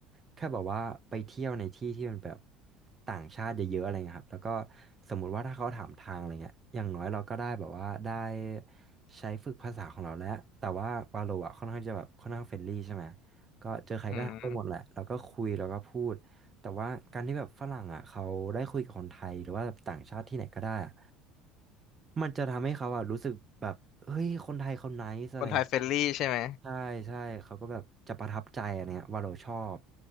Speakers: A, on the right; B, on the left.
A: แค่แบบว่าไปเที่ยวในที่ที่มันแบบต่างชาติเยอะๆอะไรเงี้ยครับแล้วก็สมมุติว่าถ้าเขาถามทางอะไรเงี้ยอย่างน้อยเราก็ได้แบบว่าได้ใช้ฝึกภาษาของเราแล้วแต่ว่าวาโลอ่ะค่อนข้างจะแบบค่อนข้างเฟรนลี่ใช่ไหมก็เจอใครก็ทักไปหมดแหละเราก็คุยแล้วก็พูด
B: อืม
A: แต่ว่าการที่แบบฝรั่งอ่ะเขาได้คุยกับคนไทยหรือว่าต่างชาติที่ไหนก็ได้อะมันจะทำให้เขาอ่ะรู้สึกแบบเฮ้ยคนไทยเขาไนซ์อะไรอย่างเงี้ย
B: คนไทยเฟรนลี่ใช่ไหม
A: ใช่ใช่เขาก็แบบจะประทับใจอะไรเงี้ยว่าเราชอบ